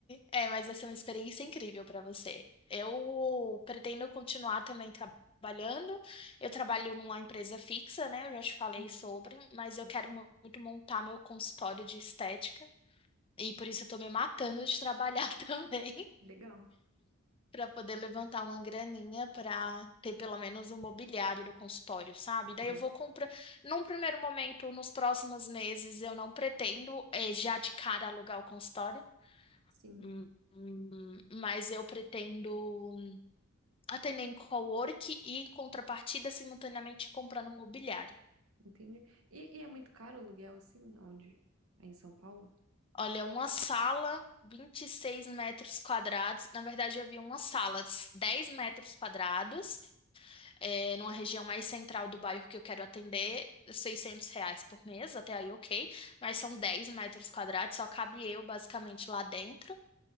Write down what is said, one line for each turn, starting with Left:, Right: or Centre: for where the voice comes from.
Left: é, mas vai ser uma experiência incrível para você. Eu pretendo continuar também trabalhando. Eu trabalho numa empresa fixa, né? Eu já te falei
Right: Uhum.
Left: sobre, mas
Right: Sim.
Left: eu quero mu- muito montar meu consultório de estética e por isso eu tô me matando de trabalhar <laughs> também
Right: Legal.
Left: para poder levantar uma graninha para ter pelo menos um mobiliário do consultório, sabe?
Right: Uhum.
Left: Daí eu vou comprar. Num primeiro momento, nos próximos meses, eu não pretendo eh, já de cara alugar o consultório.
Right: Sim,
Left: Hum, hum, Mas eu pretendo atender em cowork e, em contrapartida, simultaneamente comprando mobiliário.
Right: entendi. E, e é muito caro o aluguel, assim, onde? É em São Paulo?
Left: Olha, uma sala, 26 metros quadrados. Na verdade, eu vi uma sala, de 10 metros quadrados, é, numa região mais central do bairro que eu quero atender. seiscentos reais por mês, até aí ok, mas são 10 metros quadrados, só cabe eu basicamente lá dentro.